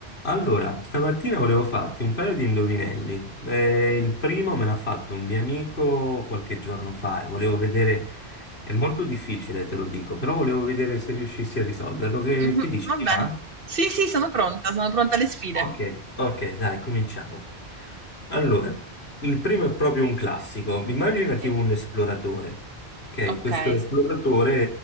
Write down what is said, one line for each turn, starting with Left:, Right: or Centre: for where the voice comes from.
Left: Allora, stamattina volevo farti un paio di indovinelli. Eh, il primo me l'ha fatto un mio amico qualche giorno fa e volevo vedere, è molto difficile, te lo dico, però volevo vedere se riuscissi a risolverlo. Che,
Right: Mh-mh,
Left: che dici?
Right: vabbè.
Left: Ti va?
Right: Sì, sì, sono pronta, sono pronta alle sfide.
Left: Ok, ok, dai, cominciamo. Allora, il primo è proprio un classico. Immaginati
Right: Sì.
Left: un esploratore. Ok,
Right: Okay,
Left: questo esploratore